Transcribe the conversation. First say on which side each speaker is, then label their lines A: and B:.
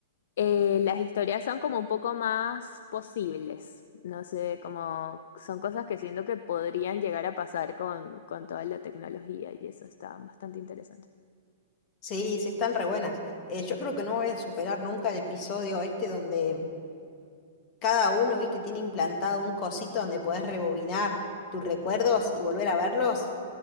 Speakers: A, on the left (about 60°); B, on the left (about 35°).
A: eh, las historias son como un poco más posibles. No sé, como son cosas que siento que podrían llegar a pasar con, con toda la tecnología y eso está bastante interesante.
B: Sí, sí están re buenas. Eh, yo creo que no voy a superar nunca el episodio este donde cada uno, viste, tiene implantado un cosito donde podés rebobinar tus recuerdos y volver a verlos.